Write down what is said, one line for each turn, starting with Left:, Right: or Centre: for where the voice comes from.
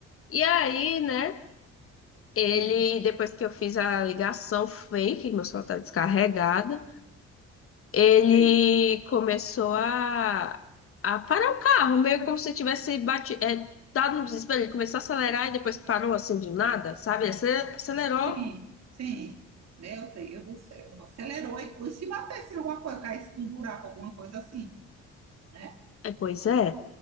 Left: E aí, né? Ele,
Right: Sim,
Left: depois que eu fiz a ligação fake, meu celular estava descarregado, ele
Right: Fake.
Left: começou a, a parar o carro, meio como se tivesse batido, é, dado um desespero. Ele começou a acelerar e depois parou assim do nada, sabe? Ele ace- acelerou.
Right: sim, sim. Meu Deus do céu, acelerou. E e se batesse em alguma coisa, caísse num buraco, alguma coisa assim, né?
Left: É, pois é,